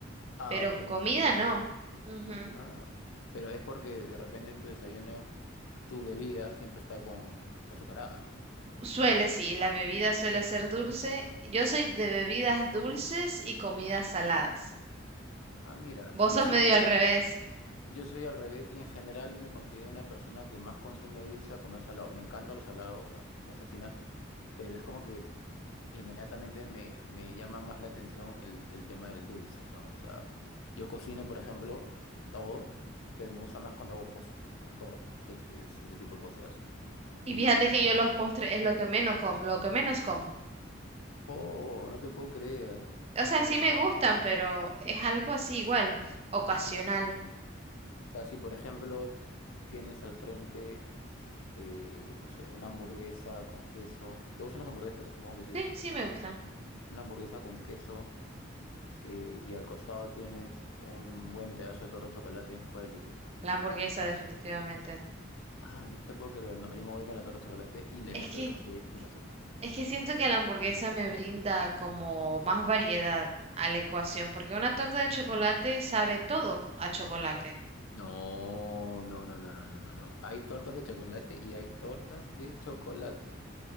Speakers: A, on the left (about 90°); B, on the right (about 30°).
A: Ah,
B: Pero
A: ok, no
B: comida
A: es rutinario.
B: no. Ujú.
A: Ah, pero es porque de repente en tu desayuno tu bebida siempre está con, está azucarada.
B: Suele, sí, la bebida suele ser dulce. Yo soy de bebidas dulces y comidas saladas.
A: Ah, mira,
B: Vos
A: yo
B: sos
A: soy
B: medio
A: más
B: al revés.
A: Yo soy al revés y en general me considero una persona que más consume dulce a comer salado. Me encantan los salados, o sea, me fascina, pero es como que inmediatamente me, me llama más la atención el, el tema del dulce, ¿no? O sea, yo cocino, por ejemplo, todo, pero me gusta más cuando hago postres, ¿no? Tortas, queques, ese tipo de cosas. Y
B: Y fíjate que
A: siempre.
B: yo los postres es lo que menos como, lo que menos como.
A: Oh, no te puedo creer.
B: O
A: Es-
B: sea,
A: no,
B: sí
A: o
B: me gustan, pero es algo así igual, ocasional.
A: sea, si por ejemplo tienes al frente. eh, no sé, una hamburguesa con queso. ¿Te gustan las hamburguesas? Supongo que sí.
B: Sí, sí me gustan.
A: Una hamburguesa con queso eh, y al costado tienes un buen pedazo de torta de chocolate. ¿Cuál eliges?
B: La hamburguesa definitivamente.
A: Ah, no te puedo creer. No, yo me voy con la torta de chocolate y le
B: Es
A: meto
B: que
A: el café sin azúcar.
B: es que siento que la hamburguesa me brinda como más variedad a la ecuación, porque una torta de chocolate sabe todo a chocolate.
A: No, no, no, no, no, no, no, no. Hay tortas de chocolate y hay tortas de chocolate.